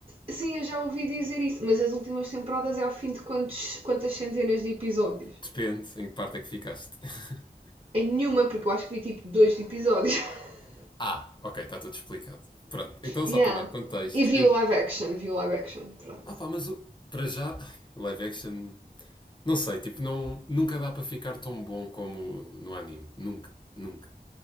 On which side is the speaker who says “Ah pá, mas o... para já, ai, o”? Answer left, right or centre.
Left